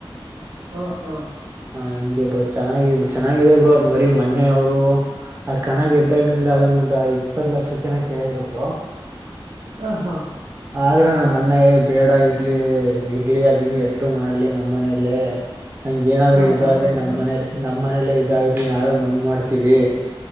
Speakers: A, on the right; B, on the right.
A: ಹಾ ಹಾ.
B: ಹ ಹಿಂಗೆ ಬ್ರೋ ಚೆನ್ನಾಗಿದೆ ಚೆನ್ನಾಗಿದೆ ಬ್ರೋ ಅದ್ ಬರಿ ಮೊನ್ನೆಯವರು ಆ ಕಣ ಗೆದ್ದಾಗಿಂದ ಅದನ್ನೊಂದು ಇಪ್ಪತ್ ಲಕ್ಷಕ್ಕ ಏನ ಕೇಳಿದ್ರು ಬ್ರೋ.
A: ಹ ಹಾ.
B: ಆದ್ರೆ ನಮ್ಮ ಅಣ್ಣ ಏ ಬೇಡ ಇರ್ಲಿ ಇರ್ಲಿ ಅದನ್ನು ಹೆಸರು ಮಾಡ್ಲಿ ನಮ್ಮ ಮನೆಯಲ್ಲೇ ಹಂಗ ಏನಾದ್ರು
A: ಹಾ
B: ಇದಾದ್ರೆ
A: ಹೌದು
B: ನಮ್ಮ್
A: ಬ್ರೋ
B: ಮನೇಲಿ ನಮ್ಮನಲ್ಲೇ ಇದಾದ್ರೆ ನಾವೇ ಮಣ್ಣ ಮಾಡ್ತೀವಿ.